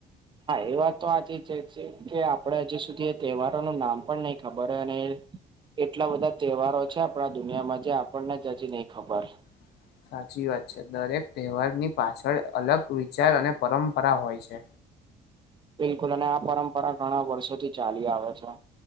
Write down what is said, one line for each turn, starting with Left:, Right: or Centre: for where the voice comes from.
Right: હા એ વાત તો આથી જ જે છે કે આપડે હજી સુધી એ તહેવારો નું નામ પણ નહી ખબર અને એટલા બધા તહેવારો છે આપણા દુનિયામાં જે આપણને જ હજી નહીં ખબર.
Left: <inaudible> સાચી વાત છે દરેક તહેવારની પાછળ અલગ વિચાર અને પરંપરા હોય છે.
Right: બિલકુલ અને આ પરંપરા ઘણા વર્ષોથી ચાલી આવે છે.